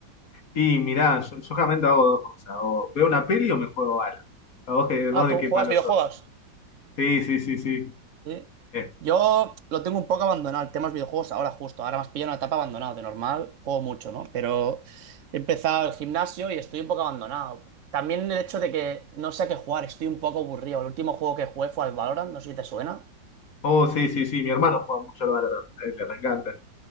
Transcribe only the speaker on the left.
Y mirá, yo, yo realmente hago dos cosas. O veo una peli o me juego algo. ¿A vos, que, vos
de qué
palo
sos? Sí, sí, sí, sí.
Eh,
Oh, sí, sí, sí. Mi hermano juega mucho al Valorant. A él le encanta.